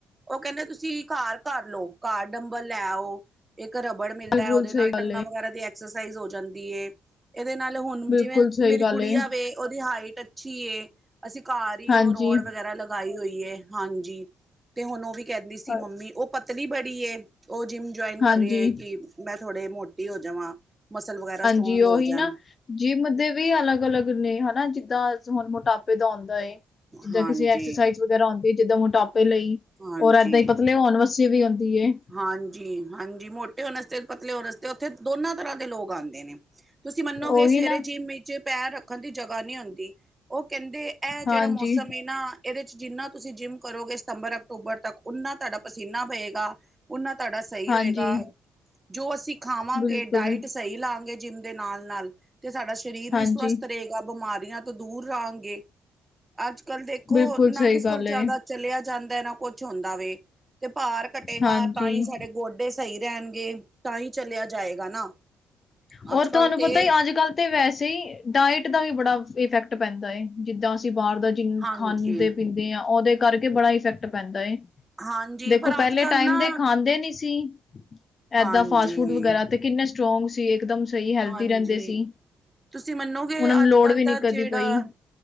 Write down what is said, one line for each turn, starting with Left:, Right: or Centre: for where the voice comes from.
Right: ਉਹ ਕਹਿੰਦੇ ਤੁਸੀਂ ਘਰ ਕਰ ਲਓ ਘਰ ਡੰਬਰ ਲੈ ਆਓ। ਇੱਕ ਰਬੜ ਮਿਲਦਾ
Left: ਬਿਲਕੁਲ
Right: ਉਹਦੇ
Left: ਸਹੀ
Right: ਨਾਲ
Left: ਗੱਲ
Right: ਟੰਗਾਂ
Left: ਏ।
Right: ਵਗੈਰਾ ਦੀ ਐਕਸਰਸਾਈਜ਼ ਹੋ ਜਾਂਦੀ ਹੈ। ਇਹਦੇ ਨਾਲ ਹੁਣ
Left: ਬਿਲਕੁਲ
Right: ਜਿਵੇਂ
Left: ਸਹੀ
Right: ਮੇਰੀ
Left: ਗੱਲ
Right: ਗੁੜੀ
Left: ਏ,
Right: ਵੇ ਉਹਦੀ ਹਾਈਟ ਅੱਛੀ ਏ। ਅਸੀਂ ਘਰ ਹੀ
Left: ਹਾਂਜੀ,
Right: ਉਹ ਰੋਡ ਵਗੈਰਾ ਲਗਾਈ ਹੋਈ ਏ ਹਾਂਜੀ। ਤੇ ਹੁਣ ਉਹ ਵੀ ਕਹਿੰਦੀ ਸੀ
Left: ਅ
Right: ਮੰਮੀ ਉਹ ਪਤਲੀ ਬੜੀ ਏ ਉਹ ਜਿੰਮ ਜੁਆਇਨ ਕਰ
Left: ਹਾਂਜੀ,
Right: ਰਹੀ ਏ ਕਿ। ਮੈਂ ਥੋੜੇ ਮੋਟੀ ਹੋ ਜਾਵਾਂ ਮਸਲ ਵਗੈਰਾ ਸਟਰੋਂਗ
Left: ਜੀ ਓਹ
Right: ਹੋ
Left: ਹੀ
Right: ਜਾਣ
Left: ਨਾ। ਜਿੰਮ ਦੇ ਵੀ ਅਲੱਗ-ਅਲੱਗ ਨੇ ਹਨਾ ਜਿੱਦਾਂ ਹੁਣ ਮੋਟਾਪੇ ਦਾ ਹੁੰਦਾ ਏ। ਜਿੱਦਾਂ
Right: ਹਾਂਜੀ
Left: ਕਿਸੇ ਐਕਸਰਸਾਈਜ਼ ਵਗੈਰਾ ਆਉਂਦੀ ਹੈ ਜਿੱਦਾਂ ਮੋਟਾਪੇ ਲਈ
Right: ਹਾਂਜੀ
Left: ਔਰ ਏਦਾਂ ਹੀ ਪਤਲੇ ਹੋਣ ਵਾਸਤੇ ਸੀ ਵੀ ਆਉਂਦੀ ਏ
Right: ਹਾਂਜੀ ਹਾਂਜੀ ਮੋਟੇ ਹੋਣ ਵਾਸਤੇ ਤੇ ਪਤਲੇ ਹੋਣ ਵਾਸਤੇ ਉੱਥੇ ਦੋਨਾਂ ਤਰ੍ਹਾਂ ਦੇ ਲੋਗ ਆੰਦੇ ਨੇ ਤੁਸੀਂ ਮੰਨੋਗੇ
Left: ਉਹੀ
Right: ਸਵੇਰੇ
Left: ਨਾ
Right: ਜਿੰਮ ਵਿੱਚ ਪੈਰ ਰੱਖਣ ਦੀ ਜਗ੍ਹਾ ਨੀ ਹੁੰਦੀ ਉਹ ਕਹਿੰਦੇ ਇਹ ਜਿਹੜਾ
Left: ਹਾਂਜੀ,
Right: ਮੌਸਮ ਏ ਨਾ ਇਹਦੇ ਚ ਜਿੰਨਾ ਤੁਸੀਂ ਜਿੰਮ ਕਰੋਗੇ ਸਤੰਬਰ ਅਕਤੂਬਰ ਤੱਕ ਓਨਾ ਤੁਹਾਡਾ ਪਸੀਨਾ ਬਹੇਗਾ ਉਨਾਂ ਤੁਹਾਡਾ ਸਹੀ
Left: ਹਾਂਜੀ,
Right: ਰਏਗਾ ਜੋ ਅਸੀਂ ਖਾਵਾਂਗੇ
Left: ਬਿਲਕੁਲ,
Right: ਡਾਇਟ ਸਹੀ ਲਾਂਗੇ ਜਿੰਮ ਦੇ ਨਾਲ ਨਾਲ ਤੇ ਸਾਡਾ ਸਰੀਰ
Left: ਹਾਂਜੀ,
Right: ਵੀ ਸਵਸਥ ਰਹੇ। ਜਾਂ ਬਿਮਾਰੀਆਂ ਤੋਂ ਦੂਰ ਰਹਾਂਗੇ ਅੱਜ-ਕੱਲ ਦੇਖੋ
Left: ਬਿਲਕੁਲ
Right: ਨਾ
Left: ਸਹੀ
Right: ਕਿਸ
Left: ਗੱਲ
Right: ਕੋਲ ਜ਼ਿਆਦਾ
Left: ਏ,
Right: ਚਲਿਆ ਜਾਂਦਾ ਨਾ ਕੁਛ ਹੁੰਦਾ ਵੇ ਤੇ ਭਾਰ ਘਟੇਗਾ
Left: ਹਾਂਜੀ।
Right: ਜਿਹੜੇ ਗੋਡੇ ਸਹੀ ਰਹਿਣਗੇ ਤਾਂ ਹੀ ਚਲਿਆ ਜਾਏਗਾ ਨਾ
Left: ਹੋਰ
Right: ਅੱਜ ਕੱਲ
Left: ਤੁਹਾਨੂੰ
Right: ਤੇ
Left: ਪਤਾ ਹੀ ਅੱਜ ਕੱਲ੍ਹ ਤੇ ਵੈਸੇ ਹੀ ਡਾਇਟ ਦਾ ਵੀ ਬੜਾ ਇਫੈਕਟ ਪੈਂਦਾ ਏ ਜਿੱਦਾਂ ਅਸੀਂ ਬਾਹਰ ਦਾ ਕਿਨਾ
Right: ਹਾਂਜੀ
Left: ਖਾਂਦੇ ਪੀਂਦੇ ਆ ਉਹਦੇ ਕਰਕੇ ਬੜਾ ਇਫੈਕਟ ਪੈਂਦਾ ਏ
Right: ਹਾਂਜੀ
Left: ਦੇਖੋ
Right: ਪਰ ਅੱਜ
Left: ਪਹਿਲੇ
Right: ਕੱਲ
Left: ਟਾਈਮ
Right: ਨਾ
Left: ਦੇ ਖਾਂਦੇ ਨਹੀਂ ਸੀ
Right: ਹਾਂਜੀ
Left: ਏਦਾਂ ਫਾਸਟ ਫੂਡ ਵਗੈਰਾ ਤੇ ਕਿੰਨੇ ਸਟਰੋਂਗ ਸੀ ਇਕਦਮ ਸਹੀ ਹੈਲਦੀ
Right: ਹਾਂਜੀ,
Left: ਰਹਿੰਦੇ ਸੀ।
Right: ਤੁਸੀਂ ਮੰਨੋਗੇ
Left: ਉਹਨਾਂ ਨੂੰ
Right: ਅੱਜ
Left: ਲੋੜ
Right: ਕੱਲ
Left: ਵੀ
Right: ਦਾ
Left: ਨੀ
Right: ਜਿਹੜਾ
Left: ਕਦੀ ਪਈ